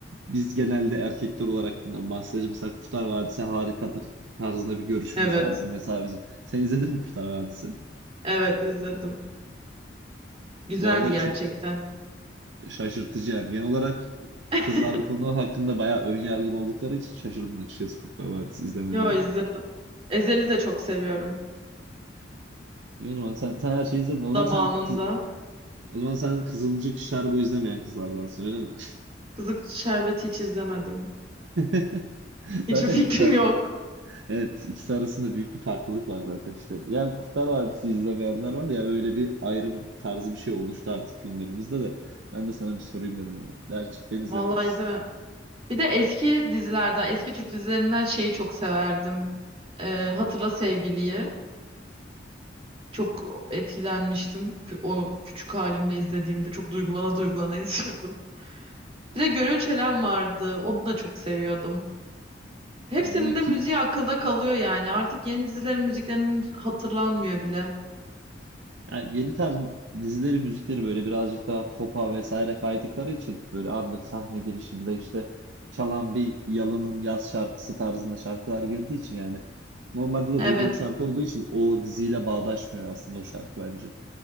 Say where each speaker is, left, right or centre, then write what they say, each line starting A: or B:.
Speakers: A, on the right; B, on the right.
A: biz genelde erkekler olarak bundan bahsederiz. Mesela Kurtlar Vadisi harikadır tarzında bir görüşümüz
B: Evet.
A: vardır mesela bizim. Sen izledin mi Kurtlar Vadisi?
B: Evet izledim. Güzeldi
A: Bu arada
B: gerçekten.
A: şa- şaşırtıcı yani. Genel olarak
B: <laughs>
A: kızlar bu konu hakkında bayağı ön yargılı oldukları için şaşırdım açıkçası Kurtlar Vadisi izlemene
B: Yo
A: yani.
B: izledim. Ezel'i de çok seviyorum.
A: İyi o zaman sen, sen her şeyi izledin. O zaman
B: Zamanında.
A: sen kız- o zaman sen Kızılcık Şerbo izlemeyen kızlardansın öyle mi?
B: Kızık Şerbeti hiç izlemedim.
A: <laughs>
B: Hiçbir
A: Zaten
B: fikrim
A: iki tane
B: yok.
A: Evet, ikisi arasında büyük bir farklılık var zaten işte. Yani Kurtlar Vadisi izlemeyenler var ya öyle bir ayrım tarzı bir şey oluştu artık gündemimizde de. Ben de sana bir sorayım dedim onu. Gerçekten izlememişsin.
B: Vallahi izlemem. Bir de eski dizilerden, eski Türk dizilerinden şeyi çok severdim. Ee, Hatırla Sevgiliyi. Çok etkilenmiştim. Kü- O küçük halimle izlediğimde çok duygulana duygulana <laughs> izliyordum. Bir de Gönül Çelen vardı. Onu da çok seviyordum. Hepsinin
A: Ama bu iki
B: de müziği akılda kalıyor yani. Artık yeni dizilerin müziklerinin hatırlanmıyor bile.
A: yani yeni tarz dizileri, müzikleri böyle birazcık daha pop'a vesaire kaydıkları için böyle anlık sahne girişinde işte çalan bir Yalın'ın yaz şarkısı tarzında şarkılar girdiği için yani normalde de
B: Evet.
A: duyduğum bir şarkı olduğu için o diziyle bağdaşmıyor aslında o şarkı bence.